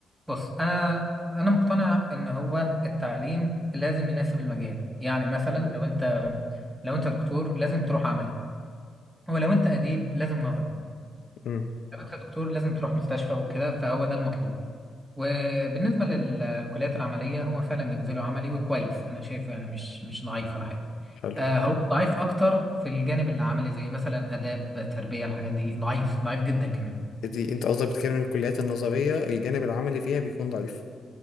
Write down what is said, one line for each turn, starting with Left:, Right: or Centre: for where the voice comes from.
Centre: بص أنا أنا مقتنع إن هو التعليم لازم يناسب المجال يعني مثلا لو أنت لو أنت دكتور لازم تروح عملي ولو أنت أديب لازم نظري
Left: امم
Centre: لو أنت دكتور لازم تروح مستشفى وكده فهو ده المطلوب وبالنسبة للكليات العملية هما فعلا بينزلوا عملي وكويس أنا شايفه يعني مش مش ضعيف ولا حاجة
Left: حلو
Centre: آه هو ضعيف أكتر في الجانب العملي زي مثلا آداب تربية الحاجات دي ضعيف ضعيف جدا كمان
Left: دي انت قصدك بتتكلم من الكليات النظرية الجانب العملي فيها بيكون ضعيف